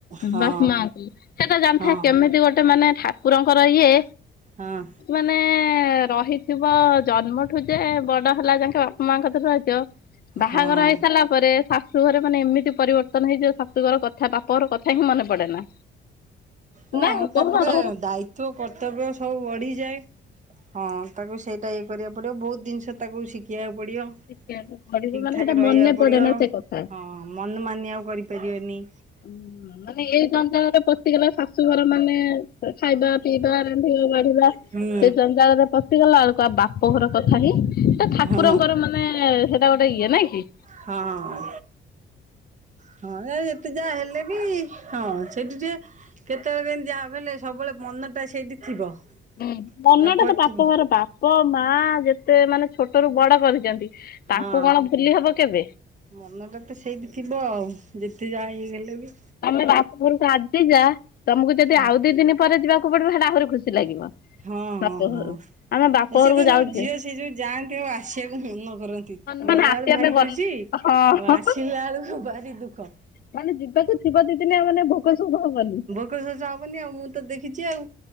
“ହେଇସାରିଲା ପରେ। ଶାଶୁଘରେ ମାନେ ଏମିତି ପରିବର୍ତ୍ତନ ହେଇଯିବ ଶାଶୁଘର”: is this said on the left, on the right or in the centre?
Left